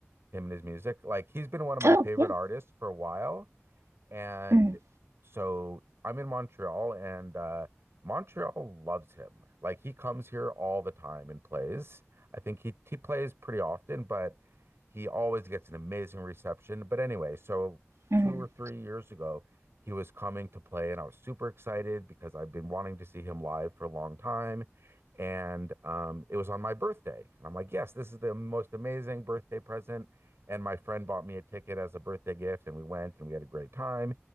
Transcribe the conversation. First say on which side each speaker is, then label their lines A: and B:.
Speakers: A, on the right (about 60°); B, on the right (about 85°).
A: him and his music. Like he's been one of my
B: oh,
A: favorite
B: yeah.
A: artists for a while. And
B: Mm,
A: so I'm in Montreal, and uh, Montreal loves him. Like he comes here all the time and plays. I think he he plays pretty often, but he always gets an amazing reception. But anyway, so
B: mm.
A: two or three years ago, he was coming to play, and I was super excited because I've been wanting to see him live for a long time. And um, it was on my birthday, and I'm like, yes, this is the most amazing birthday present and my friend bought me a ticket as a birthday gift and we went and we had a great time